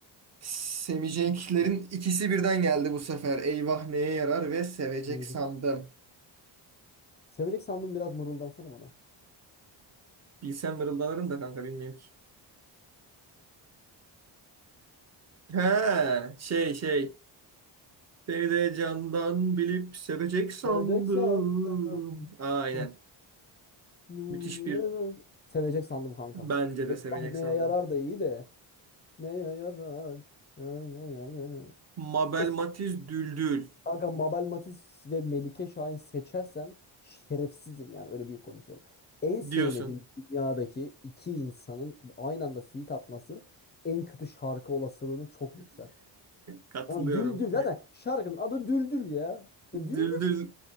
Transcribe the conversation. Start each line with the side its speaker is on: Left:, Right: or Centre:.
Right: Seveceklerin ikisi birden geldi bu sefer. Eyvah neye yarar ve sevecek
Left: Böyle.
Right: sandım.
Left: Sevecek sandım biraz mırıldansana bana.
Right: Bilsem mırıldanırım da kanka bilmiyorum ki. He şey şey. Seni de candan bilip sevecek sandım.
Left: Sevecek sandım. <laughs>
Right: Aynen.
Left: <laughs>
Right: Müthiş bir
Left: Sevecek sandım kankam.
Right: bence de
Left: Eyvah
Right: sevecek
Left: neye
Right: sandım.
Left: yarar da iyi de. Neye yarar? Ha, Neye yarar?
Right: Mabel
Left: E,
Right: Matiz Düldül
Left: kanka Mabel Matiz ve Melike Şahin seçersem şerefsizim yani öyle büyük konuşuyorum. En sevmediğim
Right: diyorsun.
Left: dünyadaki iki insanın aynı anda feat atması en kötü şarkı olasılığını çok yükselt.
Right: <laughs> Katılıyorum.
Left: Yani Düldül zaten şarkının adı Düldül ya. E,
Right: Düldül.
Left: Düldül